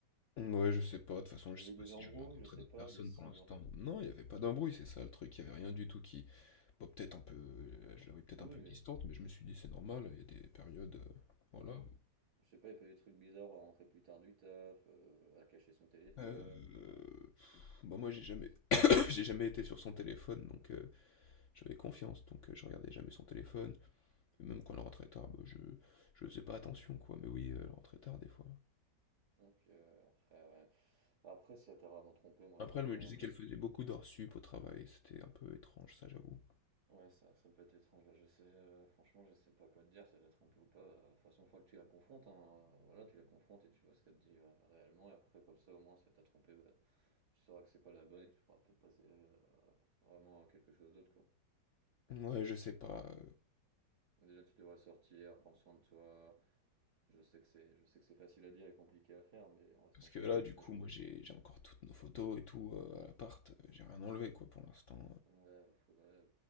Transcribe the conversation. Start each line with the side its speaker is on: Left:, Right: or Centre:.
Left: Ouais, je sais pas, de toute façon,
Right: Mais
Left: je sais
Right: il y a eu
Left: pas
Right: des
Left: si
Right: embrouilles,
Left: je vais rencontrer
Right: je sais
Left: d'autres
Right: pas,
Left: personnes
Right: des signes
Left: pour l'instant.
Right: un peu.
Left: Non, il y avait pas d'embrouille, c'est ça le truc, il y avait rien du tout qui, Bon, peut-être un peu, euh, je l'avais peut-être
Right: Oui
Left: un peu
Right: mais
Left: distante, mais je me suis dit c'est normal, il y a des périodes, euh, voilà.
Right: ouais. je sais pas, il y a pas eu des trucs bizarres, à rentrer plus tard du taf, euh, à cacher son téléphone,
Left: Euh, pff, bah moi j'ai jamais,
Right: je sais.
Left: <coughs> j'ai jamais été sur son téléphone, donc euh, j'avais confiance, donc euh, je regardais jamais son téléphone. Et même quand elle rentrait tard, bah, je, je faisais pas attention quoi, mais oui, elle rentrait tard des fois.
Right: Donc euh, après ouais. Après si elle t'a vraiment trompé, moi
Left: Après
Right: je te dis
Left: elle me
Right: hein,
Left: disait
Right: passe.
Left: qu'elle faisait beaucoup d'heures sup au travail, c'était un peu étrange ça j'avoue.
Right: Ouais, ça, ça peut être étrange. Bah, je sais, euh, franchement, je sais pas quoi te dire, si elle t'a trompé ou pas. Euh, De toute façon, une fois que tu la confrontes, hein, euh, voilà, tu la confrontes et tu vois ce qu'elle te dit euh, réellement. Et après, comme ça, au moins, si elle t'a trompé, bah, tu sauras que c'est pas la bonne et tu pourras peut-être passer euh, vraiment à quelque chose d'autre, quoi.
Left: Ouais, je sais pas. euh,
Right: Mais déjà, tu devrais sortir, prendre soin de toi. Je sais que c'est, je sais que c'est facile à dire et compliqué à faire, mais en restant
Left: Parce que
Right: chez
Left: là,
Right: toi toute
Left: du coup,
Right: la journée.
Left: moi, j'ai j'ai encore toutes nos photos et tout euh, à l'appart. euh, J'ai rien enlevé, quoi, pour l'instant.
Right: Ouais, faudrait. euh,